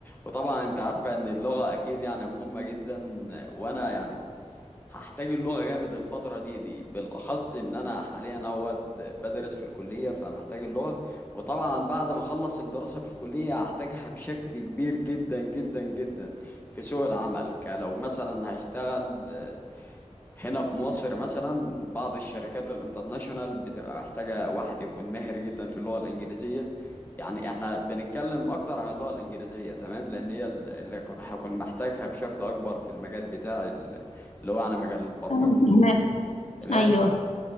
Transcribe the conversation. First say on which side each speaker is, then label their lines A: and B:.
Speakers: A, on the left; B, on the left.
A: وطبعا انت عارفة ان اللغة اكيد يعني مهمة جدا وانا يعني هحتاج اللغة جامد الفترة دي دي بالأخص إن أنا حاليا أهوت بدرس في الكلية فمحتاج اللغة وطبعا بعد ما أخلص الدراسة في الكلية هحتاجها بشكل كبير جدا جدا جدا في سوق العمل كلو مثلا هشتغل هنا في مصر مثلا بعض الشركات الانترناشونال بتبقى محتاجة واحد يكون ماهر جدا في اللغة الإنجليزية يعني احنا بنتكلم أكتر عن اللغة الإنجليزية تمام لأن هي ال- اللي ك- هكون محتاجها بشكل أكبر في المجال بتاعي ال- اللي هو أنا مجال البرمجة
B: أنا فهمك
A: تمام
B: ايوه